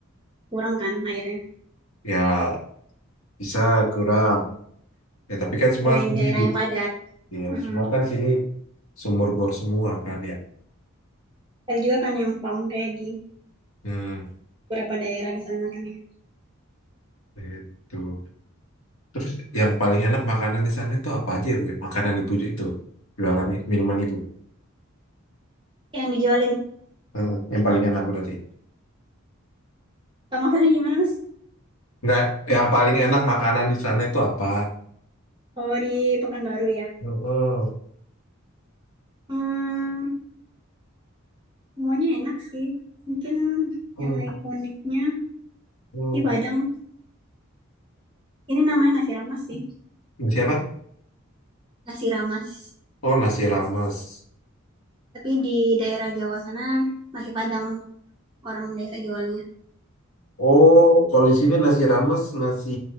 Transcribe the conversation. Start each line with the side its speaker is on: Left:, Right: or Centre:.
Right: kurang kan airnya.
Left: ya bisa kurang ya tapi kan semua
Right: Kalau yang
Left: sini
Right: daerah
Left: di-
Right: yang padat.
Left: ya
Right: mm
Left: semua kan sini sumur bor semua kan ya
Right: Ada juga kan yang pam kayak di
Left: hmm,
Right: beberapa daerah di sana kan ya.
Left: itu terus yang paling enak makanan di sana itu apa aja ya bu makanan ibu itu jualan minuman ibu
Right: Yang dijualin.
Left: Eh, yang paling enak berarti
Right: Nah, maksudnya gimana mas?
Left: Nggak, yang paling enak makanan di sana itu apa?
Right: Oh di Pekanbaru ya.
Left: Mm-mm.
Right: Hmm, semuanya enak sih. Mungkin
Left: Mm,
Right: yang ikoniknya
Left: mm.
Right: di Padang. Ini namanya nasi rames sih,
Left: Nasi apa?
Right: nasi rames.
Left: Oh, nasi rames.
Right: Tapi di daerah Jawa sana nasi Padang orang biasa jualnya.
Left: Oh, kalau di sini nasi rames nasi